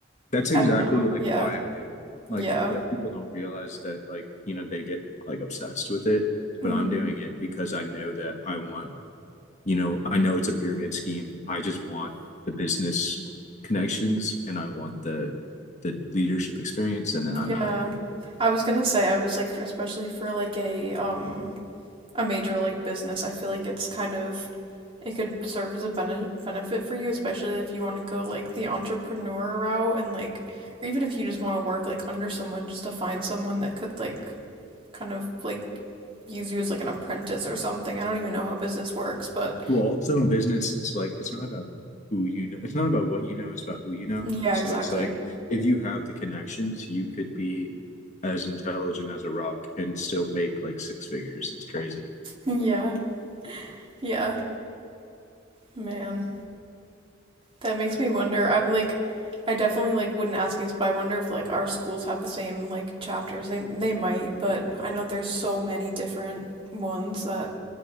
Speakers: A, on the left (about 40°); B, on the right (about 30°).
A: That's exactly
B: I don't know.
A: like
B: Yeah.
A: why I'm doing it.
B: Yeah.
A: Like a lot of people don't realize that like, you know, they get like obsessed with it,
B: hmm
A: but I'm doing it because I know that I want, you know, I know it's a pyramid scheme. I just want the business connections and I want the the leadership experience and then
B: Yeah.
A: I'm out of here.
B: I was gonna say I was like for- especially for like a um a major like business, I feel like it's kind of it could serve as a bene benefit for you, especially if you want to go like the entrepreneur route and like or even if you just want to work like under someone just to find someone that could like kind of like use you as like an apprentice or something. I don't even know how business works, but
A: Well, also in business, it's like it's not about who you know. It's not about what you know. It's about who you know.
B: Yeah,
A: So
B: exactly.
A: it's like if you have the connections, you could be as intelligent as a rock and still make like six figures. It's crazy.
B: Yeah. Yeah. Man. That makes me wonder. I'm like I definitely like wouldn't ask you this, but I wonder if like our schools have the same like chapters. They they might, but I know there's so many different ones that